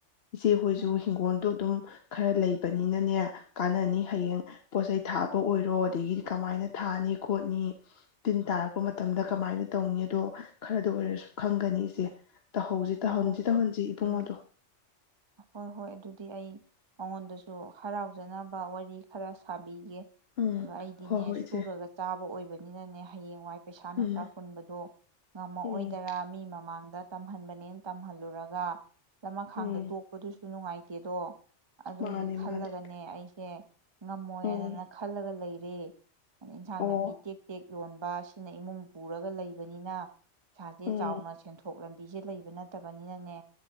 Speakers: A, on the left; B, on the right.
A: ꯏꯆꯦꯈꯣꯏꯁꯨ
B: ꯎꯝ
A: ꯍꯤꯡꯒꯣꯜꯗꯣ ꯑꯗꯨꯝ ꯈꯔ ꯂꯩꯕꯅꯤꯅꯅꯦ ꯀꯥꯟꯅꯅꯤ ꯍꯌꯦꯡ ꯄꯣꯠꯆꯩ ꯊꯥꯕ ꯑꯣꯏꯔꯣ ꯑꯗꯒꯤꯗꯤ ꯀꯃꯥꯏꯅ ꯊꯥꯅꯤ ꯈꯣꯠꯅꯤ ꯇꯤꯟ ꯇꯥꯔꯛꯄ ꯃꯇꯝꯗ ꯀꯃꯥꯏꯅ ꯇꯧꯅꯤ ꯑꯗꯣ ꯈꯔꯗ ꯑꯣꯏꯔꯁꯨ ꯈꯪꯒꯅꯤ ꯏꯁꯦ <unintelligible> ꯇꯧꯍꯟꯁꯤ
B: ꯑꯣ
A: ꯇꯧꯍꯟꯁꯤ ꯏꯕꯨꯡꯗꯣ
B: ꯎꯝ ꯍꯣꯏ ꯍꯣꯏ ꯑꯗꯨꯗꯤ ꯑꯩ ꯃꯉꯣꯟꯗꯁꯨ ꯍꯔꯥꯎꯖꯅꯕ ꯋꯥꯔꯤ ꯈꯔ ꯁꯥꯕꯤꯒꯦ
A: ꯎꯝ
B: ꯑꯗꯣ ꯑꯩꯗꯤꯅꯦ
A: ꯍꯣꯏ ꯍꯣꯏ
B: ꯁꯨꯔꯒ
A: ꯏꯆꯦ
B: ꯆꯥꯕ ꯑꯣꯏꯕ ꯑꯣꯏꯕꯅꯤꯅꯅꯦ ꯍꯌꯦꯡꯋꯥꯏ ꯄꯩꯁꯥ ꯅꯨꯡꯁꯥ
A: ꯎꯝ
B: ꯍꯨꯟꯕꯗꯣ ꯉꯝꯃꯑꯣꯏꯗꯔꯥ
A: ꯎꯝ
B: ꯃꯤ ꯃꯃꯥꯡꯗ ꯇꯝꯍꯟꯕꯅꯦꯅ ꯇꯝꯍꯜꯂꯨꯔꯒ ꯆꯃꯈꯥꯡꯗ
A: ꯎꯝ
B: ꯑꯗꯨꯁꯨ ꯅꯨꯡꯉꯥꯏꯇꯦꯗꯣ ꯑꯗꯨꯒꯤ
A: ꯃꯥꯅꯦ
B: ꯈꯜꯂꯒꯅꯦ
A: ꯃꯥꯅꯦ
B: ꯑꯩꯁꯦ ꯉꯝꯃꯣꯏꯗꯅ
A: ꯎꯝ
B: ꯈꯜꯂꯒ ꯂꯩꯔꯤ ꯇꯦ <unintelligible> ꯏꯟꯁꯥꯡ
A: ꯑꯣ
B: ꯅꯥꯄꯤ ꯇꯦꯛ ꯇꯦꯛ ꯌꯣꯟꯕ ꯁꯤꯅ ꯏꯃꯨꯡ ꯄꯨꯔꯒ ꯂꯩꯕꯅꯤꯅ ꯏꯁꯥꯁꯦ
A: ꯎꯝ
B: ꯆꯥꯎꯅ ꯁꯦꯟꯊꯣꯛ ꯂꯝ ꯄꯤꯤꯁꯦ ꯂꯩꯕ ꯅꯠꯇꯕꯅꯤꯅꯅꯦ